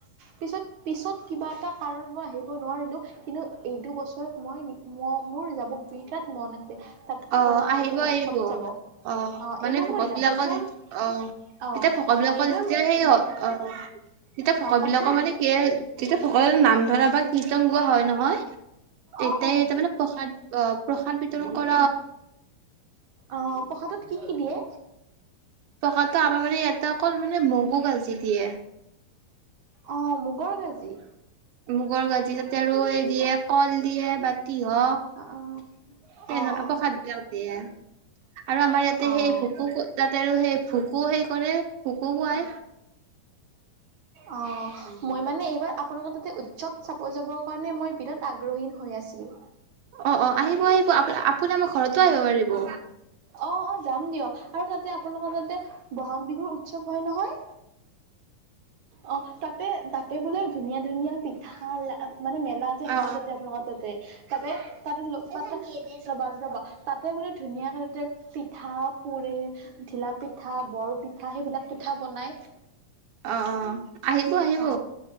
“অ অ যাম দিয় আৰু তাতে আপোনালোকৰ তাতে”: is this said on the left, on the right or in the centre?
Right